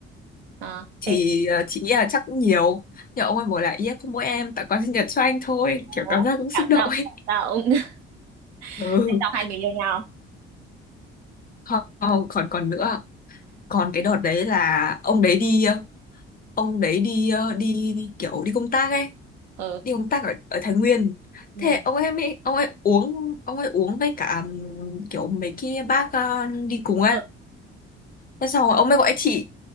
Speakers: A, on the right; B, on the left.
A: ờ,
B: thì
A: thế
B: ờ, chị nghĩ là chắc cũng nhiều nhưng ông ấy bảo là yeah, không mỗi em tặng quà sinh nhật cho anh thôi
A: có
B: kiểu cảm giác cũng xúc
A: cảm
B: động
A: động
B: ấy
A: cảm
B: <laughs>
A: động. <laughs>
B: ừ
A: Thế xong hai người yêu nhau.
B: Ho- ho- còn còn nữa còn cái đợt đấy là ông đấy đi ờ, ông đấy đi ờ, đi, đi kiểu đi công tác ấy
A: ừ
B: đi công tác ở, ở Thái Nguyên
A: Ừ.
B: thế ông em ấy ông ấy uống ông ấy uống với cả ừm, kiểu mấy cái bác ờ, đi cùng ấy
A: ừ.
B: thế xong rồi ông ấy gọi chị